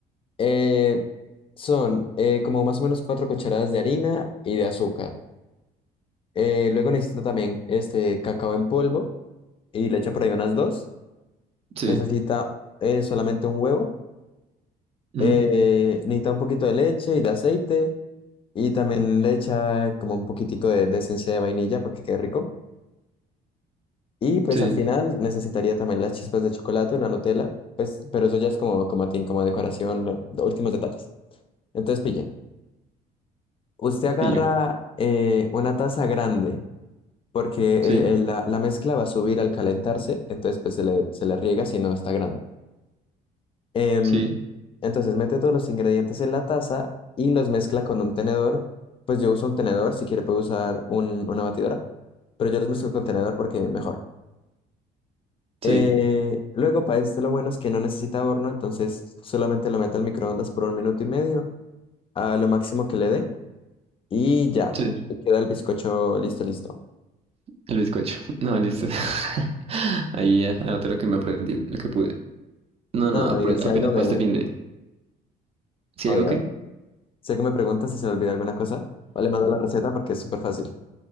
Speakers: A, on the left; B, on the right.
A: Eh, son eh, como más o menos cuatro cucharadas de harina y de azúcar. Eh, luego necesita también este cacao en polvo y le echa por ahí unas dos.
B: Sí.
A: Necesita eh, solamente un huevo.
B: ujú,
A: Eh, necesita un poquito de leche y de aceite. Y también le echa como un poquitico de, de esencia de vainilla para que quede rico. Y pues
B: Sí.
A: al final necesitaría también las chispas de chocolate, una Nutella. Pues, pero eso ya es como, como a ti, como decoración, lo- los últimos detalles. Entonces pille. Usted agarra
B: Y yo.
A: eh, una taza grande porque
B: Sí,
A: el- el- la, la mezcla va a subir al calentarse, entonces pues se le, se le riega si no está grande. Em,
B: sí,
A: entonces mete todos los ingredientes en la taza y los mezcla con un tenedor. Pues yo uso un tenedor, si quiere puede usar un- una batidora, pero yo los mezclo con tenedor porque mejor.
B: sí,
A: Eh, luego para este lo bueno es que no necesita horno, entonces solamente lo mete al microondas por un minuto y medio, a lo máximo que le dé y ya,
B: sí.
A: queda el bizcocho listo, listo.
B: El bizcocho. <laughs> No, listo. <laughs> Ahí ya anoté lo que me aprendí, lo que pude. No, no,
A: No, no,
B: apro-
A: Miguel, si
B: apenas
A: algo me...
B: para este fin de... ¿Sí
A: Oye,
B: algo qué?
A: si algo me preguntas si se le olvida alguna cosa, vale, mando la receta porque es súper fácil.